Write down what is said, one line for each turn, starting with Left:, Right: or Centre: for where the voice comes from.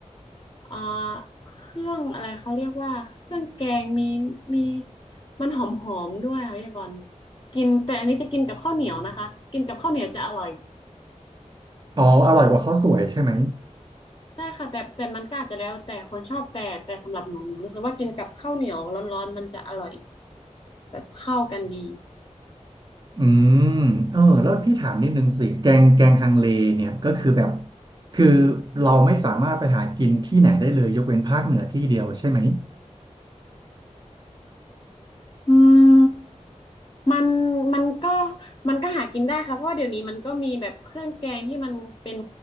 Left: เอ่อเครื่องอะไรเขาเรียกว่าเครื่องแกงมีมีมันหอมหอมด้วยค่ะพี่บอลกินแต่อันนี้จะกินกับข้าวเหนียวนะคะกินกับข้าวเหนียวจะอร่อย
Right: อ๋ออร่อยกว่าข้าวสวยใช่ไหม
Left: ใช่ค่ะแต่แต่มันก็อาจจะแล้วแต่คนชอบแต่แต่สำหรับหนูหนูรู้สึกว่ากินกับข้าวเหนียวร้อนๆมันจะอร่อยแบบเข้ากันดี
Right: อืมเออแล้วพี่ถามนิดนึงสิแกงแกงฮังเลเนี่ยก็คือแบบคือเราไม่สามารถไปหากินที่ไหนได้เลยยกเว้นภาคเหนือที่เดียวใช่ไหม
Left: อืม มันมันก็มันก็หากินได้ค่ะเพราะว่าเดี๋ยวนี้มันก็มีแบบเครื่องแกงที่มันเป็น